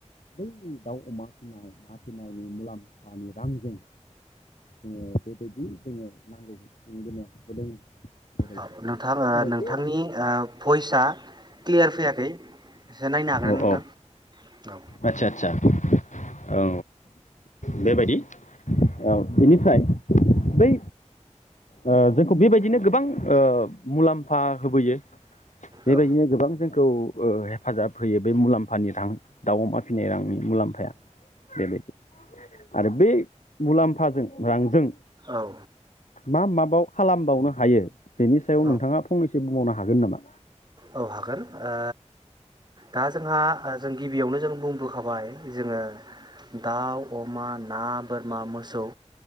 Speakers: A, on the left; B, on the right.
A: बै दाउ, अमा फिसिनाय ना फिनायनि मुलाम्फानि रांजों जोङो बेबायदि जोङो नांगौफुंबोनो हाबोदों। बेबायदि
B: औ नोंथां ओ
A: आरो
B: नोंथांनि
A: बे औ
B: भइसआ क्लियार फैयाखै एसे नायनो हागोन
A: औ
B: नोंथां औ
A: आदसा आदसा औ बेबायदि औ बेनिफ्राय बै ओ जोंखौ बेबायदिनो गोबां मुलाम्फा होबोयो। बेबायदिनो
B: औ
A: गोबां जोंखौ ओ हेफाजाब होयो बे मुलाम्फानि रां दाउ अमा फिसिनाय रांनि मुलाम्फाया बेबायदि आरो बे मुलाम्फाजों रांजों
B: औ
A: मा माबायाव खालामबावनो हायो बेनि सायाव
B: औ
A: नोंथाङा फंनैसो बुंबावना हागोन नामा?
B: औ हागोन ओ दा जोंहा जों गिबियावनो जों बुंबोखाबाय जोङो दाउ, अमा, ना, बोरमा मोसौ